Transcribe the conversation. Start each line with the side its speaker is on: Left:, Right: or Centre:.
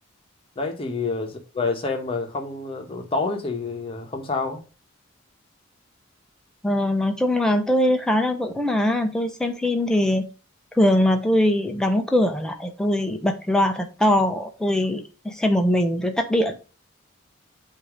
Left: đấy thì ờ, về xem mà không ờ, tối thì ờ, không sao
Centre: Ờ, nói chung là tôi khá là vững mà tôi xem phim thì thường là tôi đóng cửa lại tôi bật loa thật to tôi xem một mình tôi tắt điện